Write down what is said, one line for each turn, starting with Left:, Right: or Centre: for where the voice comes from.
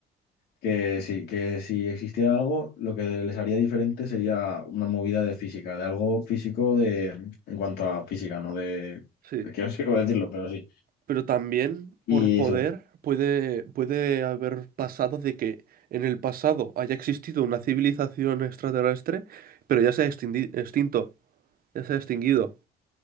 Left: Que sí, que si existiera algo, lo que les haría diferente sería una movida de física, de algo físico de, en cuanto a física, no de,
Right: Sí.
Left: es que no sé cómo decirlo, pero sí.
Right: Pero también
Left: Y
Right: por poder
Left: eso,
Right: puede, puede haber pasado de que en el pasado haya existido una civilización extraterrestre, pero ya se ha extingui- extinto, ya se ha extinguido.